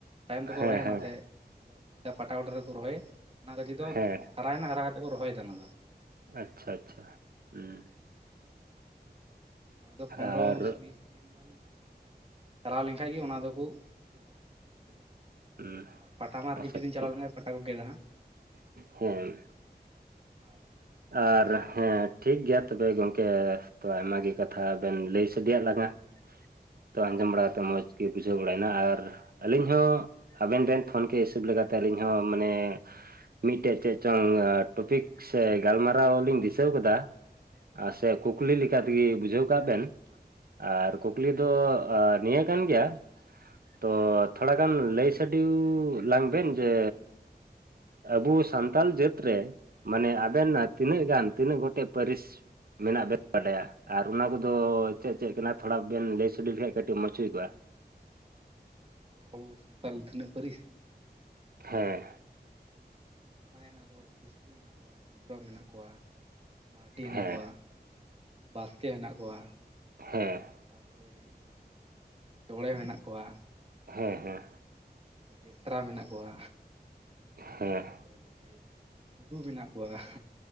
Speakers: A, on the right (about 35°); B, on the right (about 60°).
A: ᱛᱟᱭᱚᱢ ᱛᱮᱠᱚ
B: ᱦᱮᱸ
A: ᱨᱚᱦᱭᱟ
B: ᱦᱮᱸ
A: ᱚᱱᱟᱛᱮ ᱟᱫᱚ ᱯᱟᱴᱟ ᱜᱚᱰᱟ ᱨᱮᱠᱚ ᱨᱚᱦᱚᱭᱮ ᱚᱱᱟ ᱜᱟᱹᱪᱷᱤ ᱫᱚ
B: ᱦᱮᱸ
A: ᱦᱟᱨᱟᱭᱮᱱᱟ ᱦᱟᱨᱟ ᱠᱟᱛᱮᱫ ᱠᱚ ᱨᱚᱦᱚᱭᱮᱫᱟ ᱚᱱᱟ ᱫᱚ
B: ᱟᱪᱪᱷᱟ ᱟᱪᱪᱷᱟ ᱦᱩᱸ
A: ᱟᱫᱚ ᱯᱚᱱᱨᱚ
B: ᱟᱨ
A: ᱵᱤᱥ ᱫᱤᱱ ᱜᱟᱱ ᱪᱟᱞᱟᱣ ᱞᱮᱱᱠᱷᱟᱡ ᱜᱮ ᱚᱱᱟ ᱫᱚᱠᱚ ᱛᱩᱫᱟ ᱛᱩᱫ ᱠᱟᱛᱮ ᱠᱚ ᱨᱚᱦᱚᱭᱟ
B: ᱦᱩᱸ
A: ᱟᱨ ᱯᱟᱴᱟ ᱢᱟᱨ
B: ᱟᱪᱪᱷᱟ
A: ᱜᱮ ᱡᱩᱫᱤᱧ ᱪᱟᱞᱟᱣ
B: ᱴᱷᱤᱠ
A: ᱞᱮᱱᱠᱷᱟᱱᱡ ᱯᱟᱴᱟ ᱠᱚ ᱜᱮᱫᱟ ᱦᱟᱸᱜ
B: ᱦᱮᱸ
A: ᱟᱨ
B: ᱟᱨ ᱦᱮᱸ ᱴᱷᱤᱠ ᱜᱮᱭᱟ ᱛᱚᱵᱮ ᱜᱚᱝᱠᱮ ᱛᱚ ᱟᱭᱢᱟ ᱜᱮ ᱠᱟᱛᱷᱟ ᱵᱮᱱ ᱞᱟᱹᱭ ᱥᱟᱰᱮᱭᱟᱜ ᱞᱟᱝᱟ ᱛᱚ ᱟᱸᱡᱚᱢ ᱵᱟᱲᱟ ᱠᱟᱛᱮᱫ ᱢᱚᱡᱽ ᱜᱮ ᱵᱩᱡᱷᱟᱹᱣ ᱵᱟᱲᱟᱭᱮᱱᱟ ᱟᱨ ᱟᱹᱞᱤᱧ ᱦᱚᱸ ᱟᱵᱮᱱ ᱵᱮᱱ ᱯᱷᱳᱱ ᱠᱮ ᱦᱤᱥᱟᱹᱵᱽ ᱞᱮᱠᱟᱛᱮ ᱟᱹᱞᱤᱧ ᱦᱚᱸ ᱢᱟᱱᱮ ᱢᱤᱫᱴᱮᱡ ᱪᱮᱫ ᱪᱚᱝ, ᱴᱚᱯᱤᱠ ᱥᱮ ᱜᱟᱞᱢᱟᱨᱟ-ᱣ ᱞᱤᱧ ᱫᱤᱥᱟᱹᱣ ᱟᱠᱟᱫᱟ? ᱟᱨ ᱥᱮ ᱠᱩᱠᱞᱤ ᱞᱮᱠᱟᱛᱮ ᱜᱮ ᱵᱩᱡᱷᱟᱹᱣ ᱠᱟᱜ ᱵᱮᱱ᱾ ᱟᱨ
A: ᱦᱮᱸ
B: ᱠᱩᱠᱞᱤ
A: ᱢᱟ ᱞᱟᱹᱭ
B: ᱫᱚ ᱱᱤᱭᱟᱹ ᱠᱟᱱ ᱜᱮᱭᱟ᱾ ᱛᱚ ᱛᱷᱽᱚᱲᱟ ᱜᱟᱱ ᱞᱟᱹᱭᱥ <unintelligible> ᱞᱟᱝᱵᱮᱱ ᱡᱮ ᱟᱵᱚ ᱥᱟᱱᱛᱟᱞ ᱡᱟᱹᱛ ᱨᱮ, ᱢᱟᱱᱮ ᱟᱵᱮᱱ ᱛᱤᱱᱟᱹᱜ, ᱜᱟᱱ ᱛᱤᱱᱟᱹᱜ ᱜᱚᱴᱮᱡᱸ ᱯᱟᱹᱨᱤᱥ ᱢᱮᱱᱟᱜ ᱵᱮᱱ ᱵᱟᱰᱟᱭᱟ? ᱟᱨ ᱚᱱᱟ ᱠᱚᱼᱫᱚ ᱪᱮᱫ ᱪᱮᱫ ᱠᱟᱱᱟ, ᱛᱷᱽᱚᱲᱟ ᱵᱮᱱ ᱞᱟᱹᱭ ᱥᱟᱰᱮ ᱞᱮᱠᱷᱟᱡ ᱠᱟᱹᱴᱤᱡ ᱢᱚᱸᱡᱷᱽ ᱦᱩᱭ ᱠᱚᱜᱼᱟ᱾
A: ᱟᱵᱚ ᱥᱟᱱᱛᱟᱞ ᱛᱤᱱᱟᱹᱜ ᱯᱟᱹᱨᱤᱥ?
B: ᱦᱮᱸ
A: ᱢᱟᱭᱱᱟᱜᱚᱡ ᱠᱚᱣᱟ᱾ ᱠᱤᱥᱠᱩ ᱢᱮᱱᱟᱜ ᱠᱚᱣᱟ᱾ ᱦᱮᱢᱵᱨᱚᱢ ᱢᱮᱱᱟᱜ ᱠᱚᱣᱟ᱾ ᱢᱟᱨᱰᱤᱸ ᱦᱮᱱᱟᱜ
B: ᱦᱮᱸ
A: ᱠᱚᱣᱟ ᱾ ᱵᱟᱥᱠᱮᱸ ᱦᱮᱱᱟᱜ ᱠᱚᱣᱟ᱾
B: ᱦᱮᱸ
A: ᱛᱟᱯᱚᱨᱮ ᱦᱩᱭᱩᱜ ᱠᱟᱱᱟ᱾ ᱪᱚᱬᱮᱸ ᱢᱮᱱᱟᱜ ᱠᱚᱣᱟ᱾
B: ᱦᱮᱸ- ᱦᱮᱸ
A: ᱵᱮᱥᱨᱟ ᱢᱮᱱᱟᱜ ᱠᱚᱣᱟ᱾
B: ᱦᱮᱸ
A: <unintelligible> ᱴᱩᱰᱩ ᱢᱮᱱᱟᱜ ᱠᱚᱣᱟ᱾